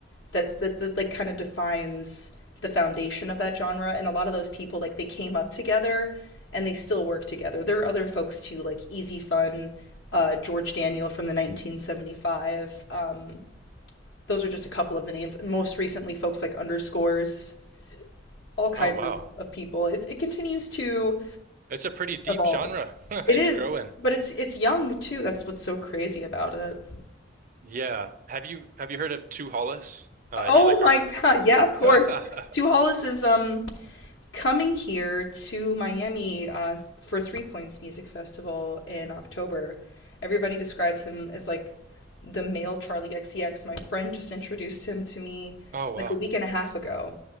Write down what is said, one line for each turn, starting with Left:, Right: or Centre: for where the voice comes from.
Left: that's that, that like kind of defines the foundation of that genre. And a lot of those people like they came up together, and they still work together. There are other folks too, like Easy Fun, uh, George Daniel from the 1975. Um, Those are just a couple of the names. And Most recently, folks like underscores, all kinds
Right: Oh, wow.
Left: of, of people. It, it continues to
Right: It's a pretty deep
Left: evolve.
Right: genre. <laughs> It's
Left: It is,
Right: growing.
Left: but it's it's young too. That's what's so crazy about it.
Right: Yeah. Have you have you heard of Two Hollis? Uh,
Left: Oh
Right: he's like
Left: my
Right: a
Left: god! Yeah, of course.
Right: <laughs>
Left: Sue Hollis is um coming here to Miami uh, for Three Points Music Festival in October. Everybody describes him as like the male Charlie XCX. My friend just introduced him to me
Right: Oh wow.
Left: like a week and a half ago.